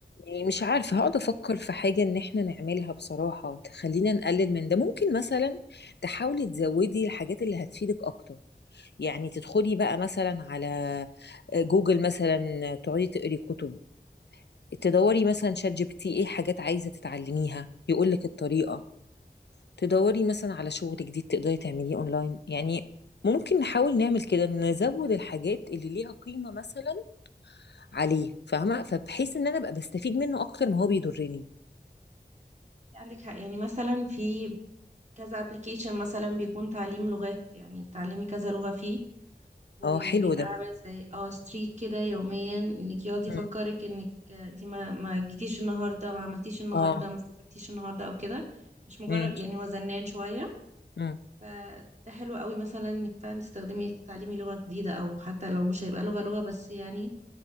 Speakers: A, on the left; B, on the right.
A: يعني مش عارفه هقعد افكر في حاجه ان احنا نعملها بصراحه تخلينا نقلل من ده ممكن مثلا تحاولي تزودي الحاجات اللي هتفيدك اكتر يعني تدخلي بقى مثلا على آه، جوجل مثلا تقعدي تقري كتب تدوري مثلا شات جي بي تي ايه حاجات عايزة تتعلميها يقولك الطريقة تدوري مثلا على شغل جديد تقدري تعمليه اونلاين يعني ممكن نحاول نعمل كده نزود الحاجات اللي ليها قيمة مثلا عليه فاهمة فبحيث ان انا ابقى بستفيد منه اكتر ما هو بيضرني
B: عندك حق يعني مثلا في كذا ابلكيشن مثلا بيكون تعليم لغات يعني تعلمي كذا لغة فيه وبيبقى
A: اه حلو ده
B: عامل زي اه ستريك كده يوميا انك يقعد يفكرك
A: مم.
B: انك انت ما ما جيتيش النهارده ما عملتيش النهارده
A: اه
B: ما استفدتيش النهارده او كده مش مجرد
A: مم.
B: يعني هو زنان شوية
A: مم.
B: فده حلو قوي مثلا انك فعلا تستخدمي تعليمي لغة جديدة او حتى لو مش هيبقى لغة لغة بس يعني